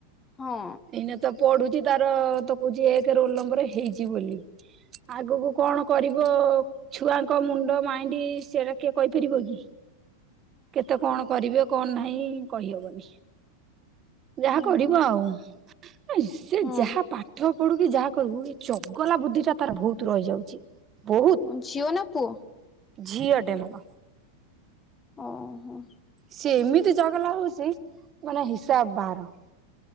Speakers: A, on the left; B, on the right.
A: ହଁ।
B: ଏଇନା ତ ପଢ଼ୁଛି ତାର ତ କହୁଛି ଏକେ ରୋଲ ନମ୍ବର ହେଇଛି ବୋଲି। ଆଗକୁ କଣ କରିବ? ଛୁଆଙ୍କ ମୁଣ୍ଡ ମାଇଣ୍ଡି ସେରା କିଏ କହିପାରିବ କି? କେତେ କଣ କରିବେ କଣ ନାହିଁ କହିହବନି। ଯାହା
A: ହଁ
B: କରିବ ଆଉ। ସେ
A: ହଁ
B: ଯାହା ପା ପାଠ ପଢୁ କି ଯାହା କରିବୁ ଏ ଚଗଲା ବୁଦ୍ଧି ଟା ତାର ବହୁତ ରହିଯାଉଛି। ବହୁତ୍,
A: ହଁ ଝିଅ ନା ପୁଅ?
B: ଝିଅଟେ ମୋର।
A: ଓ ହୋ।
B: ସିଏ ଏମିତି ଚଗଲା ହଉଛି, ମାନେ ହିସାବ ବାହାର।